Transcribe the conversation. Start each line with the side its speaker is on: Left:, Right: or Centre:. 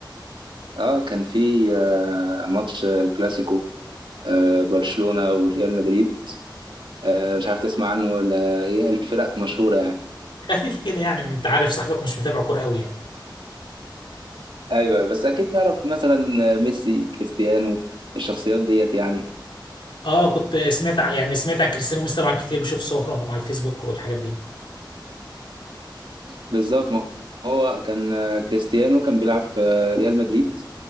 Right: اه كان في آه، ماتش الكلاسيكو آه، برشلونة وريال مدريد آه، مش عارف تسمع عنه ولا ايه الفرق مشهورة يعني
Left: <laughs> خفيف كده يعني انت عارف صاحبك مش متابع كوره قوي يعني
Right: ايوه بس اكيد تعرف مثلا ميسي كريستيانو الشخصيات ديت يعني
Left: اه كنت سمعت ع- يعني سمعت عن كريستيانو ميسي طبعا كتير بشوف صورهم على الفيسبوك والحاجات دي
Right: بالظبط ما هو كان آه، كريستيانو كان بيلعب في آه، ريال مدريد